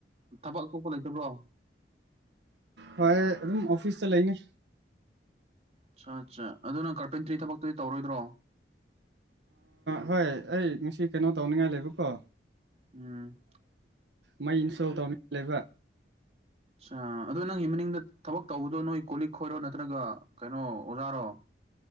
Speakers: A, on the right; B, on the right.
A: ꯊꯕꯛ ꯑꯇꯣꯞꯄ ꯂꯩꯇꯕ꯭ꯔꯣ
B: ꯍꯣꯏ ꯑꯗꯨꯝ ꯑꯣꯐꯤꯁꯇ ꯂꯩꯅꯤ
A: ꯑꯆꯥ ꯑꯠꯆꯥ ꯑꯗꯨꯅ ꯀꯥꯔꯄꯦꯟꯇ꯭ꯔꯤ ꯊꯕꯛꯇꯨꯗꯤ ꯇꯧꯔꯣꯏꯗ꯭ꯔꯣ
B: ꯍꯣꯏ ꯑꯩ ꯉꯁꯤ ꯀꯩꯅꯣ ꯇꯧꯅꯤꯡꯉꯥꯏ ꯂꯩꯕꯀꯣ
A: ꯎꯝ
B: ꯃꯩ ꯏꯟꯁꯇꯣꯜ ꯇꯧꯅꯤꯡꯉ ꯂꯩꯕ
A: ꯑ ꯑꯗꯣ ꯅꯪꯒꯤ ꯃꯅꯤꯡꯗ ꯊꯕꯛ ꯇꯧꯕꯗꯣ ꯅꯣꯏ ꯀꯣꯂꯤꯛ ꯈꯣꯏꯔꯣ ꯅꯠꯇ꯭ꯔꯒ ꯀꯩꯅꯣ ꯑꯣꯖꯥꯔꯣ